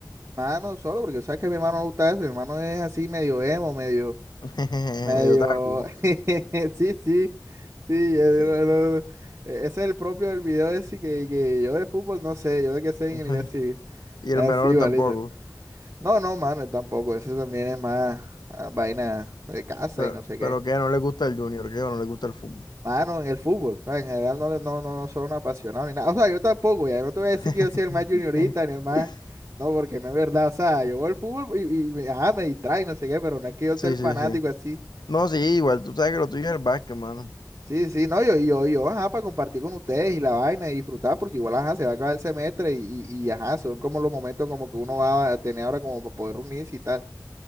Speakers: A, on the right (about 35°); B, on the left (about 75°).
A: Mano, solo porque sabes que a mi hermano no le gusta eso, mi hermano es así medio emo, medio,
B: <laughs>
A: medio,
B: Medio taco.
A: <laughs> sí, sí, sí, eh,
B: eh,
A: no, no, no. E- ese es el propio del video ese que, que yo de fútbol no sé, yo de que sé
B: <laughs>
A: ingeniería civil.
B: Y el
A: Así,
B: menor
A: igualito.
B: tampoco.
A: No, no, mano, tampoco. Eso también es más ah, vaina de casa
B: Pero,
A: y no sé
B: pero
A: qué.
B: ¿qué? ¿No le gusta el junior? ¿Qué? ¿O no le gusta el fútbol?
A: Mano, en el fútbol, ¿sabes? En general no, le- no, no, no soy un apasionado ni nada. O sea, yo tampoco, ya. No te voy a decir
B: <laughs>
A: que yo soy el más juniorita ni el más. No, porque no es verdad. O sea, yo veo el fútbol y, y me- ajá, me distrae, no sé qué, pero no es que yo
B: Sí,
A: sea el fanático
B: sí, sí.
A: así.
B: No, sí, igual tú sabes que lo tuyo es el básquet, mano.
A: Sí, sí, no, yo, yo, yo, ajá, para compartir con ustedes y la vaina y disfrutar, porque igual, ajá, se va a acabar el semestre y, y, y, ajá, son como los momentos como que uno va a tener ahora como para poder reunirse y tal.